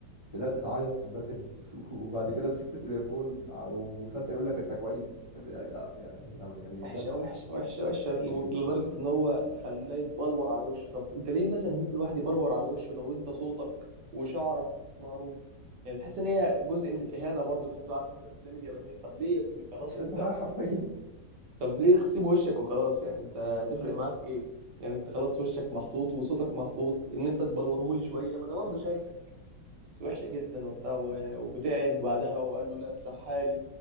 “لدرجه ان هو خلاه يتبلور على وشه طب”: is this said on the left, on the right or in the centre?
Right